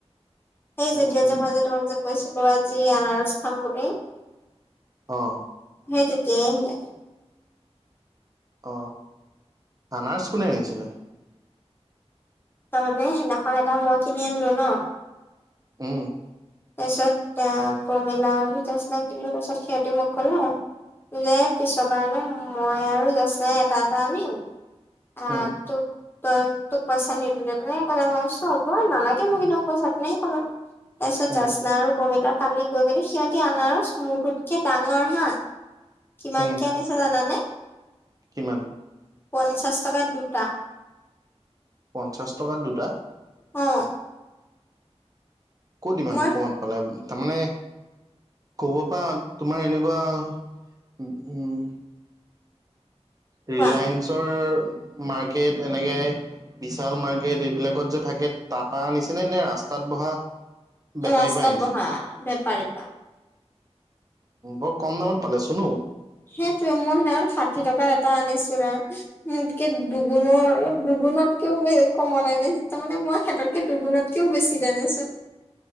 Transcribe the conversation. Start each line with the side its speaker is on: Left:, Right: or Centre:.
Left: সেই যেতিয়া
Right: উম উম
Left: যে তোমাক যে কৈছিলো আজি আনাৰস খাম বুলি।
Right: অ।
Left: সেই তেতিয়াই আহিলে।
Right: অ, আনাৰস কোনে আনিছিলে?
Left: তাৰমানে সেইদিনাখন এটা মই কিনি আনিলো ন
Right: উম।
Left: তাৰপিছত এ প্ৰমিলা আৰু জেস্নাই দিলো তাৰপাছত সিহঁতি মোক কলে যে পিছৰ বাৰলে মই আৰু জেস্নাই এটা এটা আনিম আগ
Right: উম
Left: টো তই তোক পইচা নিদি তেনে ক'লে মই হ'ব নালাগে মই কিন্তু পইচা তেনে কলো। তাৰপিছত
Right: উম
Left: জাস্না আৰু কমিলা কালি গৈ মেলি সিহঁতি আনাৰস মূৰটোতকে ডাঙৰ হা কিমান
Right: উম
Left: কে আনিছে জানানে?
Right: কিমান?
Left: পঞ্চাছ টকাত দুটা।
Right: পঞ্চাছ টকাত দুটা?
Left: অ।
Right: ক'ত ইমান
Left: মই
Right: কমত পালে, তাৰমানে কবা পা তোমাৰ এনেকুৱা উ উম ৰিলায়েন্সৰ
Left: পোৱা
Right: মাৰ্কেট এনেকে বিশাল মাৰ্কেট এইবিলাকত যে থাকে তাপা আনিছে নে নে ৰাস্তাত বহা বেপাৰী
Left: ৰাস্তাত
Right: পা আনিছে,
Left: বহা বেপাৰী পা
Right: বৰ কম দামত পালেচুন ঔ।
Left: সেইটোৱে মই সেইদিনা খন ষাঠি টকাত এটা আনিছিলে। মোতকে দুগুণৰ দুগুণতকেও কম আনিছিলে তাৰমানে মই হেতকে দুগুণত কেও বেছিকে আনিছোঁ।